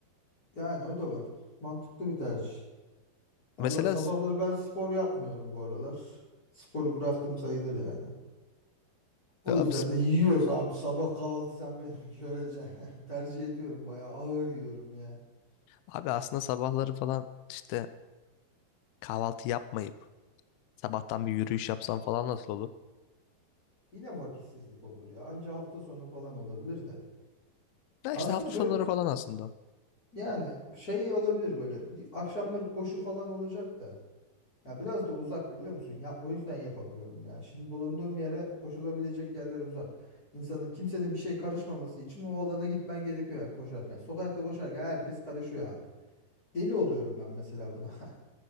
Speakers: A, on the left (about 25°); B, on the left (about 80°).
A: yani o da var. Mantıklı bir tercih. Valla
B: Mesela
A: sabahları
B: s-
A: ben spor yapmıyorum bu aralar. Sporu bıraktım sayılır yani. O
B: e, abi
A: yüzden de yiyoruz abi sabah kahvaltı sen beni <laughs> göreceksin. <laughs> Tercih ediyorum bayağı ağır yiyorum ya.
B: Abi aslında sabahları falan işte kahvaltı yapmayıp sabahtan bir yürüyüş yapsam falan nasıl olur?
A: Yine vakitsizlik olur ya. Anca hafta sonu falan olabilir de.
B: Ya
A: Aslında
B: işte hafta
A: böyle
B: sonları falan aslında.
A: Yani şey olabilir böyle bir akşamları koşu falan olacak da ya biraz da uzak biliyor musun? Ya o yüzden yapamıyorum ya. Şimdi bulunduğum yere koşulabilecek yerler uzak. İnsanın kimsenin bir şey karışmaması için o alana gitmen gerekiyor yani koşarken. Sokakta koşarken herkes karışıyor abi. Deli oluyorum ben mesela buna. <laughs>